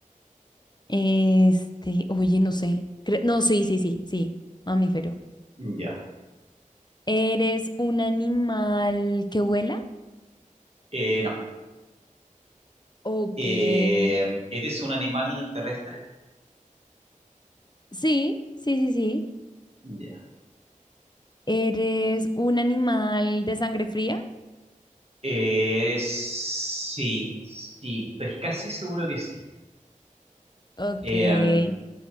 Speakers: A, on the left; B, on the right.
A: Este, oye, no sé. Cre- no, sí, sí, sí, sí, mamífero.
B: Ya.
A: ¿Eres un animal que vuela?
B: Eh, no.
A: Ok.
B: Eh,
A: Sí,
B: ¿eres un animal terrestre?
A: sí, sí, sí.
B: Ya.
A: ¿Eres un animal de sangre fría?
B: Eh, sí, sí. Estoy casi seguro que sí.
A: Ok.
B: Eh,